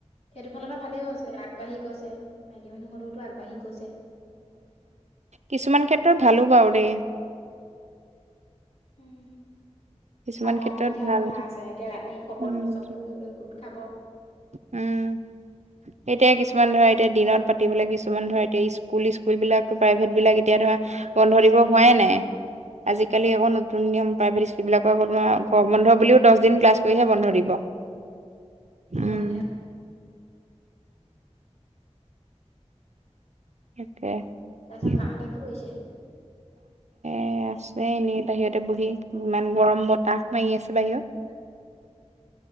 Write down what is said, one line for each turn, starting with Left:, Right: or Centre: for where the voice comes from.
Left: সেইটো ফালৰ পৰা ভালেইও হৈছে আগবাঢ়ি গৈছে মাইকী মানুহ হ'লেও তো আগাঢ়ি গৈছে
Right: কিছুমান ক্ষেত্ৰত ভালো বাও দেই।
Left: উম
Right: কিছুমান
Left: সময়ৰ
Right: ক্ষেত্ৰত
Left: সুবিধাৰ
Right: ভাল
Left: কথা আছে এতিয়া ৰাতি সকলো
Right: উম
Left: চববোৰ গোট খাব।
Right: উম এতিয়া কিছুমান ধৰা। এতিয়া দিনত পাতিবলে কিছুমান ধৰা এতিয়া স্কুল স্কুল বিলাকো প্ৰাইভেট বিলাক এতিয়া ধৰা বন্ধ দিব হোৱাই নাই। আজিকালি আকৌ নতুন নিয়ম প্ৰাইভেট স্কুল বিলাকত গৰম বন্ধ বুলিও দোষ দিন ক্লাছ কৰিহে বন্ধ দিব উম।
Left: হোৱাই নাই।
Right: অে
Left: তাৰপিছত
Right: ন দে <unintelligible>
Left: মাহঁতে কি কৰিছে?
Right: এ আছে এনেই বাহিৰতে বহি ইমান গৰম বতাহ মঙি আছে বাহিৰত।
Left: <inaudible>